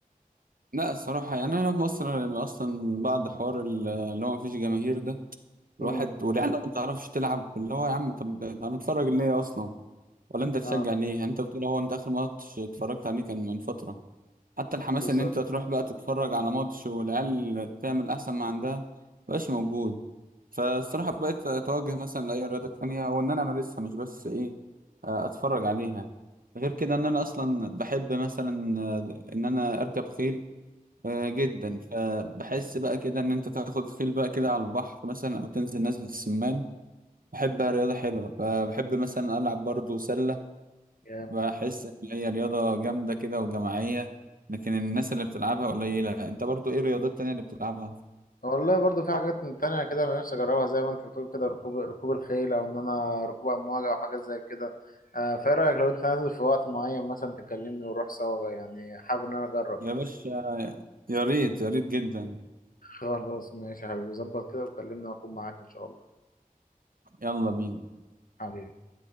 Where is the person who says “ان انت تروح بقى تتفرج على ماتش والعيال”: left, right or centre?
Right